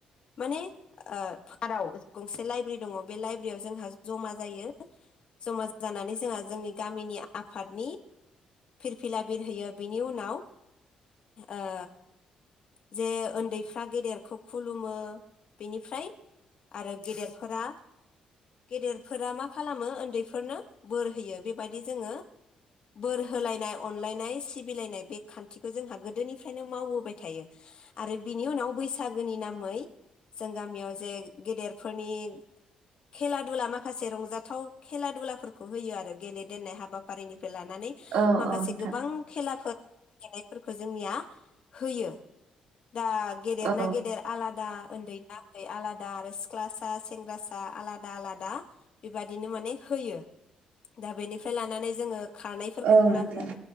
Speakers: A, on the left; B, on the right.
A: माने ओ फाराव गंसे लाइब्रेरि दङ बे लाइब्रेरियाव जोंहा जमा जायो जमा जानानै जोंहा जोंनि गामिनि आफादनि फिरफिला बिरहोयो बिनि उनाव ओ जे उन्दैफ्रा गेदेरखौ खुलुमो बेनिफ्राय आरो गेदेफोरा गेदेरफोरा मा खालामो उन्दैफोरनो बोर होयो बे जो बोर होलायनाय अनलायनाय सिबिलानाय बे खान्थिखौ जोंहा गोदोनि बेखायनो मावबाय थायो आरो बिनि उनाव बैस बैसागोनि नामै जों गामियाव जे गेदेरफोरनि खेला दुला माखासे रंजाथाव खेला दुलाफोरखौ होयो आरो गेले देननाय हाबा हाारिनिफ्राय लानानै
B: औ
A: माखासे
B: औ नोंथां
A: गोबां खेलाफोर गेलेनायफोरखौ जोंनिया होयो। दा गेदेर
B: औ
A: ना गेदेर आलादा। उन्दैना उन्दै आलादा आरो सिख्ला सा सेंग्रासा आलादा- आलादा बेबादिनो माने होयो दा बेनिफ्राय फ्राय लानानै जोङो खारनायफोरखौ
B: औ
A: बुंनांगोन
B: नोंथां